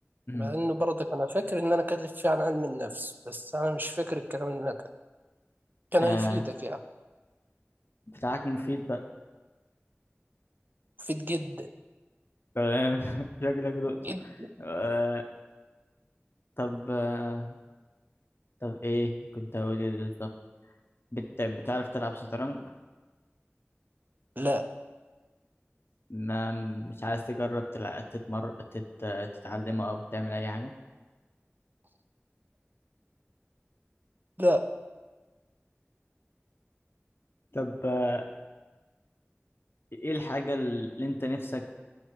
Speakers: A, on the left; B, on the right.
A: امم
B: مع إنه برضك أنا فاكر إن أنا كاتب فيه عن علم النفس بس أنا مش فاكر الكلام اللي أنا كاتبه كان
A: آه
B: هيفيدك يعني
A: بتاعك مفيد بقى
B: مفيد جدا
A: تمام <laughs> شكلك دقته
B: جدا
A: آه، طب آه، طب ايه كنت هقول ايه بالظبط بت... بتعرف تلعب شطرنج
B: لا
A: ما مش عايز تجرب تلع... تتمر تت... تتعلمه او تعمل اي حاجة
B: لا
A: طب آه، ايه الحاجة اللي انت نفسك